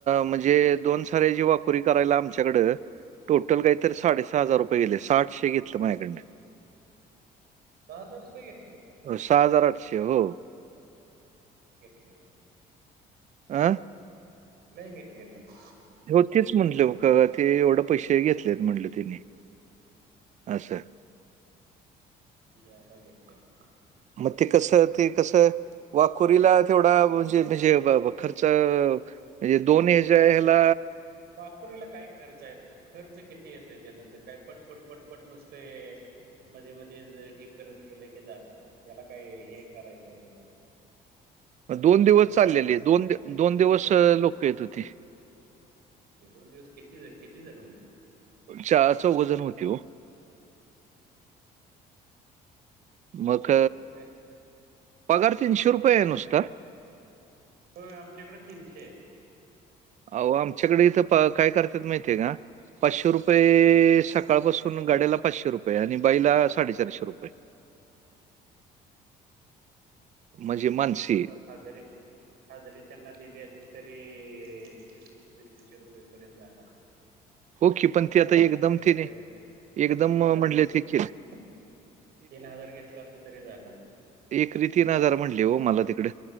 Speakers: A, on the right; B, on the right.
A: म्हणजे दोन सारेची वाकुरी करायला आमच्याकडं टोटल काहीत
B: हं.
A: साडे साडे सहा हजार रुपये गेले साठशे घेतलं माझ्याकडं न
B: दहा हजार रुपये घेतले?
A: सहा हजार आठशे ओ
B: लय घेतले
A: आं
B: नाही घेतले मग
A: हो तेच म्हटले हो का ते एवढं पैसे घेतलेत म्हटलं तिने
B: हम्म.
A: असं
B: जादा घेतले मग
A: मग ते कसं ते कसं वाखोरीला तेवढा म्हणजे म्हणजे खर्च म्हणजे दोन हयाच्या हेला
B: वाखुरीला काय खर्च आहे? खर्च किती येतोय त्यानंतर काय पटपट पटपट नुसते मध्ये मध्ये हे करत गेलं की झालं ना त्याला काय हे करायचंय ब
A: मग दोन दिवस
B: उकरायचं
A: चाललेले दोन दोन दिवस
B: उकरायचं
A: लोक येत होते.
B: दोन दिवस किती किती जण होते?
A: चार चौघजण होती हो
B: चौघ
A: मग
B: जण काय
A: पगार तीनशे रुपये आहे नुसता?
B: होय आमच्याकडे तीनशे आहे.
A: अ आमच्याकडे इथं काय करतात माहितीय का पाचशे रुपये
B: हं
A: साग सकाळपासून गाड्याला पाचशे रुपये आणि बाईला साडेचारशे रुपये. म्हणजे मानसी
B: दोन दिवसात हजेरी हा जरी त्यांना दिली असती तरी चोवीशे पंचवीसशे रुपये पर्यंत झाला असतं.
A: हो की पण
B: सहा
A: ती आता
B: हजार
A: एकदम
B: म्हणजे लई
A: तिने
B: हो
A: एकदम
B: तीन हजार
A: अ, म्हणले
B: घेतलं
A: ते
B: असं.
A: की
B: तीन हजार घेतला असतं तरी झालं असतं.
A: एकरी तीन हाजार म्हणले हो मला तिकड